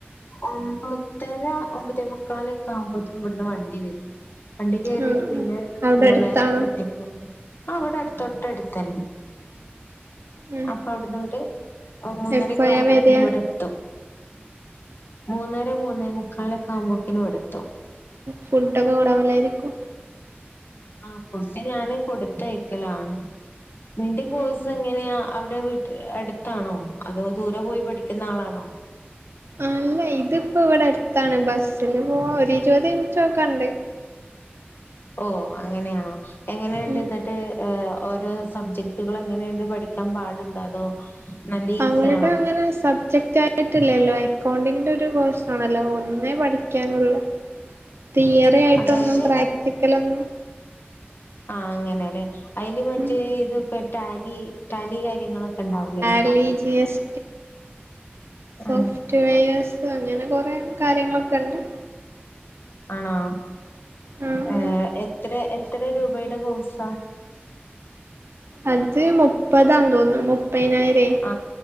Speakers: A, on the left; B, on the right.
A: ഒമ്പതര ഒമ്പതേ മുക്കാലൊക്കെ ആവുമ്പോത്തേന് ഇവിടുന്ന് വണ്ടി വരും വണ്ടീ കേറിട്ട്
B: ആഹ്
A: പിന്നെ
B: ആഹ്
A: ഒരു
B: അവിടെ
A: മൂന്നര
B: അടുത്താണോ
A: മൂന്നേ ആഹ് ഇവടെ അടു തൊട്ട അടുത്തന്നെ
B: ഉം
A: അപ്പൊ അവിടെന്ന്ങ്ങട്ട് മൂന്നരൊക്കെ
B: എപ്പഴാ
A: ആവുമ്പോക്കിനും
B: വരിക
A: ഇവിടെ എ ത്തും മൂന്നര മൂന്നേ മുക്കാലൊക്കെ ആവുമ്പോക്കിനും ഇവിടെത്തും
B: ഫുഡൊക്കെ കൊറവല്ലയിരിക്കും
A: ആ ഫുഡ് ഞാന് കൊടുത്തയക്കലാണ് നിന്റെ കോഴ്സ്
B: ഉം ഉം
A: എങ്ങനെയാ അവിടെ അവടെ വീട്ടിൽ അടുത്താണോ അതോ ദൂരെ പോയി പഠിക്കുന്ന ആളാണോ
B: അല്ല ഇതിപ്പോ ഇവിടെ അടുത്താണ് ബസ്സില് പോ വാഒരു ഇരുപത് മിനിറ്റൊക്കെ ഉണ്ട്
A: ഓ അങ്ങനെയാണോ എങ്ങനെയുണ്ട്
B: ഉം
A: എന്നിട്ട് ഓരോ സബ്ജക്ടുകൾ എങ്ങനെയണ്ട് പഠിക്കാൻ പാടുണ്ടോ അതോ നല്ല
B: അവളുടെ
A: ഈസിയാണോ?
B: അങ്ങനെ സബ്ജക്റ്റ് ആയി ട്ടില്ലല്ലോ അക്കൗണ്ടിങ്ങിന്റെ ഒരു കോഴ്സ ആണല്ലോ ഒന്നേ പഠിക്കാനുള്ളു തിയറി ആയിട്ടൊന്നും
A: അതായത്
B: പ്രാക്ടിക്കലൊന്നും
A: ആ അങ്ങനെല്ലെ അതിൽ മറ്റേ
B: ഉം
A: ഇതൊക്കെ ടാലി ടാലി കാര്യങ്ങളൊക്കെ ഉണ്ടാവല്ലേ
B: റലീജിയസ് സോഫ്റ്റ്വെയർസ്
A: ഉം
B: അങ്ങനെ കുറെ കാര്യങ്ങളൊക്കെ ഉണ്ട്
A: ആണോ
B: ആ
A: ഏ
B: ആ
A: എത്ര എത്ര രൂപയുടെ കോഴ്സ
B: അത് മുപ്പതാ തോന്നുന്നു മുപ്പതിനായിര
A: ആ